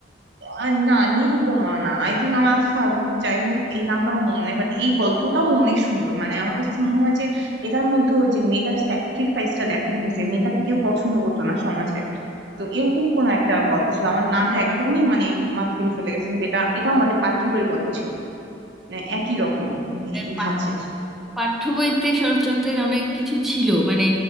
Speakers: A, on the right (about 65°); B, in the centre.
A: আহ, না নিরুপমা না আই থিঙ্ক আমার কাছে থাক যাই হোক এই নামটা আমার মনে নেই বাট এই গল্পটাও অনেক সুন্দর মানে আমার কাছে মনে হয় যে এটার মধ্যে ওই যে মেয়েটার স্যাক্রিফাইসটা দেখানো হয়েছে মেয়েটাকে কেউ পছন্দ করতো না সমাজে তো এরকম কোন একটা গল্প ছিল আমার নামটা একদমই মানে মাথা থেকে চলে গেছে কিন্তু এটা এটাও আমাদের পাঠ্য বইয়ের গল্প ছিল মানে একই রকম মানে
B: এ পাঠ-
A: ধাঁচের
B: পাঠ্য বইতে শরৎচন্দ্রের অনেক কিছু ছিল মানে